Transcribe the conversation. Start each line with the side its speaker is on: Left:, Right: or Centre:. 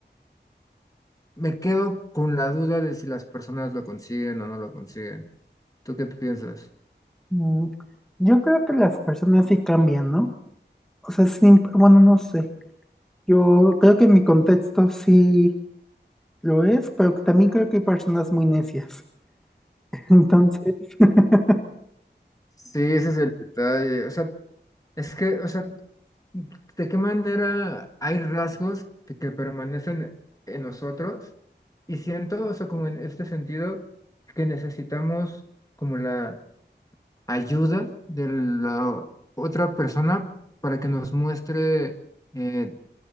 Left: me quedo con la duda de si las personas lo consiguen o no lo consiguen. ¿Tú qué piensas?
Centre: Mm, Yo creo que las personas sí cambian, ¿no? O sea, siempre, bueno, no sé. Yo creo que en mi contexto sí lo es, pero también creo que hay personas muy necias. <laughs> Entonces, <laughs>
Left: Sí, ese es el detalle. O sea, es que, o sea, ¿de qué manera hay rasgos que, que permanecen en nosotros? Y siento, o sea, como en este sentido, que necesitamos como la ayuda de la otra persona para que nos muestre eh,